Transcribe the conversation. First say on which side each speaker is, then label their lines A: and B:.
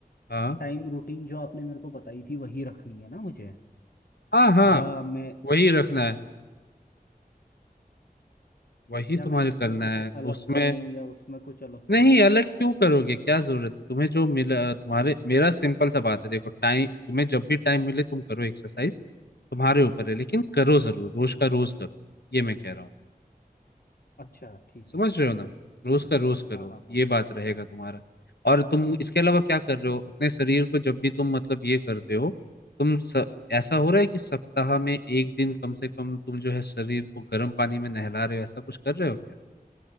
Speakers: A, on the left; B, on the left.
A: हाँ
B: टाइम रूटीन जो आपने मेरे को बताई थी वही रखनी है ना मुझे
A: हाँ हाँ
B: या मैं
A: वही रखना है वही
B: या
A: तुम्हारे
B: मैं इसमें
A: करना
B: कुछ
A: है
B: अलग
A: उसमें
B: करूँ या उसमें कुछ अलग
A: नहीं
B: करूँ
A: अलग क्यों करोगे क्या जरूरत तुम्हें जो मिला तुम्हारे मेरा सिंपल सा बात है देखो टाइम तुम्हें जब भी टाइम मिले तुम करो एक्सरसाइज तुम्हारे ऊपर है लेकिन करो जरूर रोज का रोज करो ये मैं कह रहा हूँ
B: अच्छा ठीक
A: समझ
B: है
A: रहे हो ना
B: ठीक
A: रोज
B: है
A: का रोज करो
B: हाँ हाँ हाँ
A: ये बात रहेगा तुम्हारा और तुम इसके अलावा क्या कर रहे हो अपने शरीर को जब भी तुम मतलब ये करते हो तुम स, ऐसा हो रहा है कि सप्ताह में एक दिन कम से कम तुम जो है शरीर को गर्म पानी में नहला रहे हो ऐसा कुछ कर रहे हो क्या